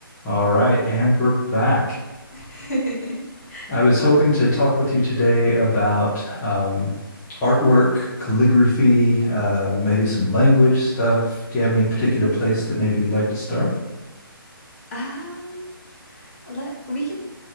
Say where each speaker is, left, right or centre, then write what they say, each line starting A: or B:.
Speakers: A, on the left; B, on the left.
A: All right, and we're back.
B: <laughs>
A: I was hoping to talk with you today about um, artwork, calligraphy, uh, maybe some language stuff. Do you have any particular
B: hmm
A: place that maybe you'd like to start?
B: Um, let we can